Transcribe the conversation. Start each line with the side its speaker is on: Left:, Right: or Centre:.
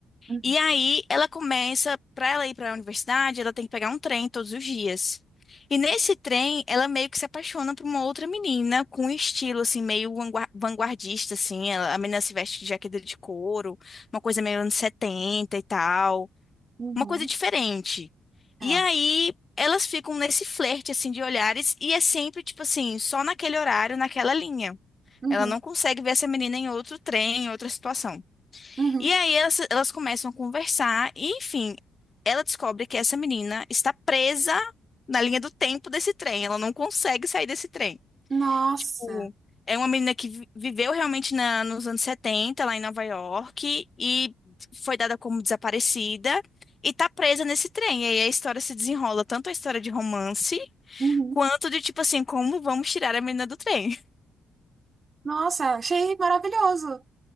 Right: uhum,
Left: E aí ela começa, para ela ir para a universidade, ela tem que pegar um trem todos os dias. E nesse trem, ela meio que se apaixona por uma outra menina com um estilo assim meio vangua- vanguardista assim, Ela- a menina se veste de jaqueta de couro, uma coisa meio anos 70 e tal,
Right: uhum,
Left: uma coisa diferente.
Right: tá.
Left: E aí elas ficam nesse flerte assim de olhares e é sempre tipo assim, só naquele horário, naquela linha.
Right: Uhum,
Left: Ela não consegue ver essa menina em outro trem, em outra situação.
Right: uhum.
Left: E aí elas, elas começam a conversar e, enfim, ela descobre que essa menina está presa na linha do tempo desse trem. Ela não consegue sair desse trem.
Right: Nossa,
Left: Tipo, é uma menina que vi- viveu realmente na- nos anos 70 lá em Nova York, e foi dada como desaparecida e tá presa nesse trem. E aí a história se desenrola, tanto a história de romance,
Right: uhum.
Left: quanto de, tipo assim, como vamos tirar a menina do trem.
Right: Nossa, achei maravilhoso.